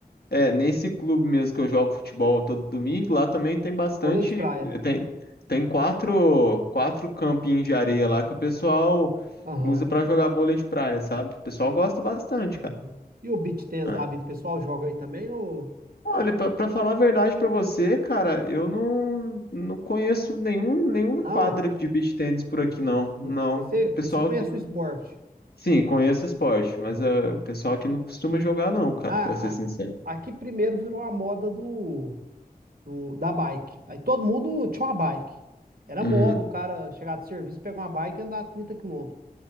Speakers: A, on the left (about 85°); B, on the right (about 70°).
A: É, nesse clube mesmo que eu jogo futebol todo domingo, lá também tem bastante,
B: Vôlei de praia.
A: tem, tem quatro, quatro campinhos de areia lá que o pessoal
B: Aham.
A: usa pra jogar vôlei de praia, sabe? O pessoal gosta bastante, cara.
B: Uhum. E o beach tennis
A: Ah.
B: da vida, o pessoal joga aí também ou
A: Olha, pra, pra falar a verdade pra você, cara, eu não, não conheço nenhum, nenhuma
B: não?
A: quadra de beach tênis por aqui, não. Não,
B: Uhum. Mas
A: o
B: você,
A: pessoal
B: mas você conhece
A: que... não-
B: o esporte?
A: Sim, conheço esporte, mas
B: né?
A: eh, o pessoal aqui não costuma jogar, não, cara,
B: Ah,
A: pra ser sincero.
B: a- aqui primeiro virou a moda do, do- da bike. Aí todo mundo tinha uma bike. Era
A: Uhum.
B: moda o cara chegar do serviço, pegar uma bike e andar 30 quilômetros.